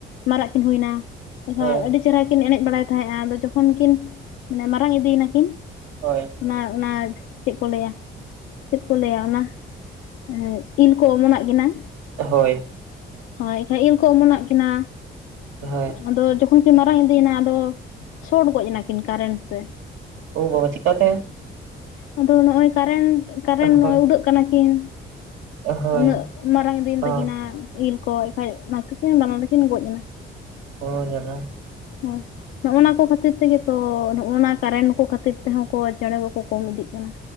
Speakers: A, on the left (about 80°); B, on the right (about 85°).
A: ᱢᱟᱨᱟᱜ ᱠᱤᱱ ᱦᱩᱭᱱᱟ
B: ᱦᱳᱭ
A: ᱦᱮᱸ ᱟᱹᱰᱤ ᱪᱮᱨᱦᱟ ᱠᱤᱱ ᱮᱱᱮᱡ ᱵᱟᱲᱟᱭ ᱛᱟᱦᱮᱸᱜᱼᱟ ᱟᱫᱚ ᱡᱚᱠᱷᱚᱱ ᱠᱤᱱ ᱢᱟᱱᱮ ᱢᱟᱨᱟᱝ ᱤᱫᱤᱭᱮᱱᱟᱠᱤᱱᱼᱼ
B: ᱦᱳᱭ
A: ᱚᱱᱟ ᱚᱱᱟ ᱪᱮᱫ ᱠᱚ ᱞᱟᱹᱭᱟ ᱪᱮᱫ ᱠᱚ ᱞᱟᱹᱭᱟ ᱚᱱᱟᱼᱼ ᱮᱸᱜ ᱤᱞ ᱠᱚ ᱚᱢᱚᱱᱟᱜ ᱠᱤᱱᱟᱼᱼ
B: ᱦᱳᱭ
A: ᱦᱳᱭ ᱮᱱᱠᱷᱟ ᱤᱞ ᱠᱚ ᱚᱢᱚᱱᱟᱜ ᱠᱤᱱᱟ
B: ᱦᱳᱭ
A: ᱟᱫᱚ ᱡᱚᱠᱷᱚᱱ ᱠᱤᱱ ᱢᱟᱨᱟᱝ ᱤᱫᱤᱭᱮᱱᱟ ᱟᱫᱚ ᱥᱚᱴ ᱜᱚᱡ ᱮᱱᱟ ᱠᱤᱱ ᱠᱟᱨᱮᱱᱴ ᱛᱮ।
B: ᱳ ᱵᱟᱵᱟ ᱪᱮᱠᱟᱛᱮ
A: ᱟᱫᱚ ᱱᱚᱜᱚᱭ ᱠᱟᱨᱮᱱᱴ ᱠᱟᱨᱮᱱᱴ
B: ᱦᱳᱭ
A: ᱱᱚᱜᱼᱚᱭ ᱩᱰᱟᱹᱜ ᱠᱟᱱᱟ ᱠᱤᱱ
B: ᱦᱳᱭ
A: ᱩᱱᱟᱹᱜ ᱢᱟᱨᱟᱝ ᱫᱤᱱ
B: ᱚ
A: ᱛᱟᱹᱠᱤᱱᱟ ᱤᱞ ᱠᱚ ᱮᱱᱠᱷᱟᱡ ᱚᱱᱟ ᱛᱮᱠᱤᱱ ᱵᱟᱱᱟ ᱜᱮᱠᱤᱱ ᱜᱚᱡ ᱮᱱᱟ।
B: ᱚ ᱡᱟᱞᱟ।
A: ᱦᱳᱭ ᱱᱚᱜᱼᱚᱱᱟ ᱠᱚ ᱠᱷᱟᱹᱛᱤᱨ ᱛᱮᱜᱮ ᱛᱚ ᱱᱚᱜᱼᱚᱱᱟ ᱠᱟᱨᱮᱱᱴ ᱠᱚ ᱠᱷᱟᱹᱛᱤᱨ ᱛᱮᱦᱚᱸ ᱠᱚ ᱪᱮᱸᱬᱮ ᱠᱚᱠᱚ ᱠᱚᱢ ᱤᱫᱤᱜ ᱠᱟᱱᱟ।